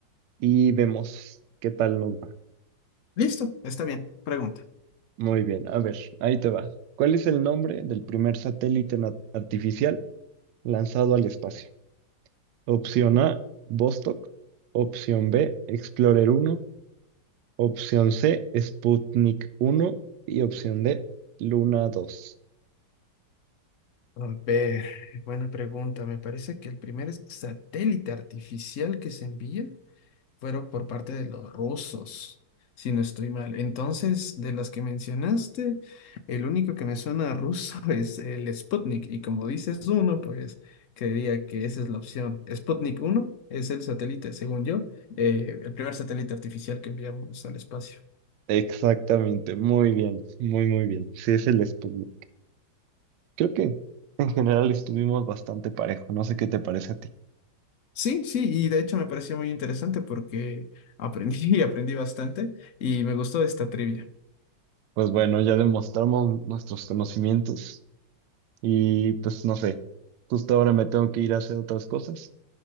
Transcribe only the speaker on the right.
y vemos qué tal nos va?
Muy bien, a ver, ahí te va. ¿Cuál es el nombre del primer satélite na- artificial lanzado al espacio? Opción
A, Vostok. Opción B, Explorer uno Opción C, Sputnik uno Y opción D, Luna dos
Exactamente, muy bien, muy, muy bien. Sí, es el Sputnik. Creo que en general estuvimos bastante parejo, no sé qué te parece a ti.
Pues bueno, ya demostramos nuestros conocimientos y pues no sé, justo ahora me tengo que ir a hacer otras cosas,